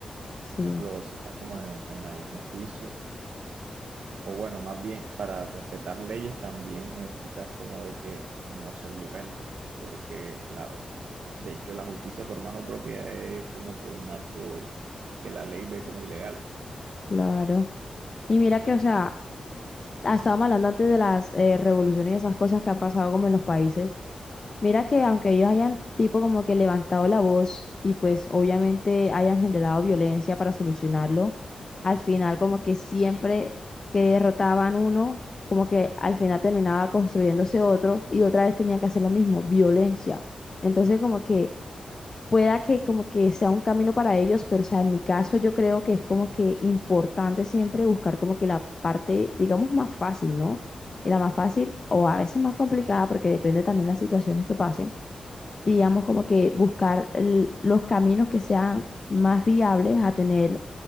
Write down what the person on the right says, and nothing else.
Por ejemplo, si estás como en, en algún juicio, o bueno, más bien para respetar leyes también necesitas como de que no ser violento, porque
claro, de hecho la justicia por mano propia es como que un acto que la ley ve como ilegal.